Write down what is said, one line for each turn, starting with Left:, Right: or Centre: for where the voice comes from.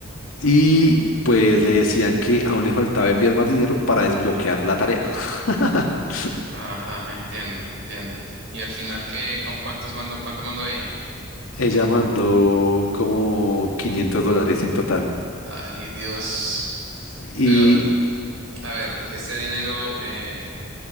Left: Y pues le decían que aún le faltaba enviar más dinero para desbloquear la tarea. <laughs>
Right: Ajá, entiendo, entiendo. Y al final, ¿qué, con cuántos mandó, cuánto mandó ella?
Left: Ella mandó como 500 dólares en total.
Right: Ay, Dios.
Left: Y
Right: Pero, a ver, ese dinero, eh,